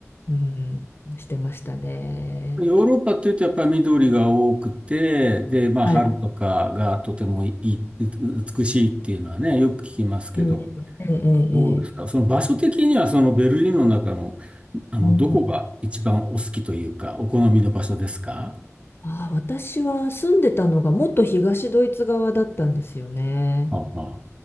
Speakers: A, on the left (about 50°); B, on the right (about 25°).
A: うん、してましたね。
B: ヨーロッパっていうとやっぱり緑が多くて、で、まあ春とかがとてもいい、
A: はい。
B: う美しいっていうのはね、よく聞きますけど、
A: ええええええええ
B: どうですかその場所的にはそのベルリンの中の、あの、
A: うん
B: どこが一番お好きというか、お好みの場所ですか
A: ああ、私は住んでたのがもっと東ドイツ側だったんですよね。
B: ああ、